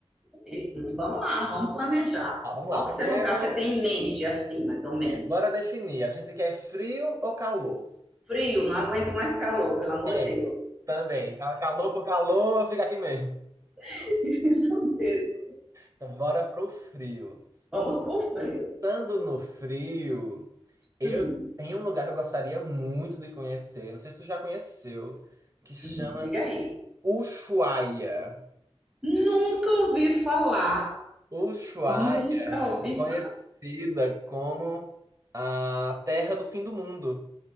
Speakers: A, in the centre; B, on the right.
A: Isso mesmo. Vamos lá, vamos planejar.
B: Tá, vamos
A: Qual
B: lá. Primeiro
A: que é seu lugar que você tem em mente, assim, mais ou menos?
B: Bora definir. A gente quer frio ou calor?
A: Frio, não aguento mais calor, pelo amor
B: É.
A: de Deus.
B: Também. Já calor por calor, fica aqui mesmo.
A: <laughs> Isso mesmo.
B: Então, bora pro frio.
A: Vamos pro frio.
B: Pensando no frio,
A: Hum,
B: tem um lugar que eu gostaria muito de conhecer. Não sei se tu já conheceu, que chama-se
A: hum, diga aí.
B: Ushuaia.
A: Nunca ouvi falar.
B: Ushuaia
A: Nunca ouvi
B: é conhecida como a Terra do Fim do Mundo.